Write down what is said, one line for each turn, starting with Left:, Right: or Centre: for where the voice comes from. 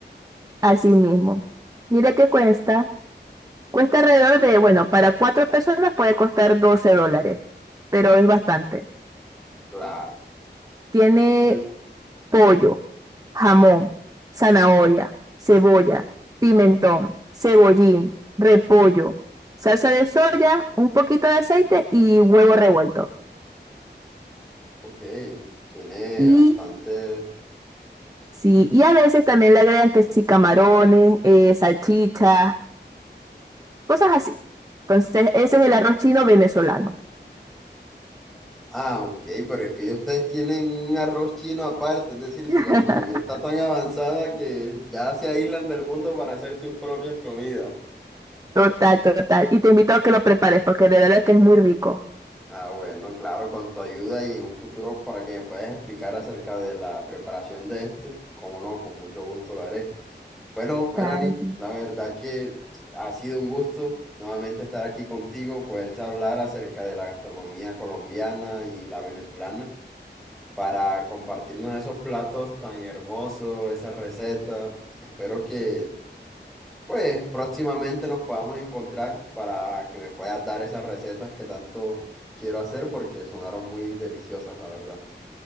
Right: Así mismo. Mira qué cuesta. Cuesta alrededor de, bueno, para cuatro personas puede costar 12 dólares, pero es bastante.
Centre: Claro.
Right: Tiene
Centre: Y-
Right: pollo, jamón, zanahoria, cebolla, pimentón, cebollín, repollo, salsa de soya, un poquito de aceite y huevo revuelto.
Centre: Ok, tiene
Right: Y
Centre: bastante...
Right: sí, y a veces también le agregan que sí, camarones, eh, salchichas, Cosas así. Entonces, ese es el arroz chino venezolano.
Centre: Ah, ok, pero es que ustedes tienen un arroz chino aparte, es decir, su
Right: <laughs>
Centre: gastronomía está tan avanzada que ya se aíslan del mundo para hacer sus propias comidas.
Right: Total, total. Y te invito a que lo prepares porque de verdad que es muy rico.
Centre: Ah, bueno, claro, con tu ayuda y en un futuro para que me puedas explicar acerca de la preparación de este, cómo no, con mucho gusto lo haré. Bueno, Melanie,
Right: Claro, sí.
Centre: la verdad que ha sido un gusto nuevamente estar aquí contigo, poder charlar acerca de la gastronomía colombiana y la venezolana para compartirnos esos platos tan hermosos, esas recetas. Espero que pues próximamente nos podamos encontrar para que me puedas dar esas recetas que tanto quiero hacer porque sonaron muy deliciosas, la verdad.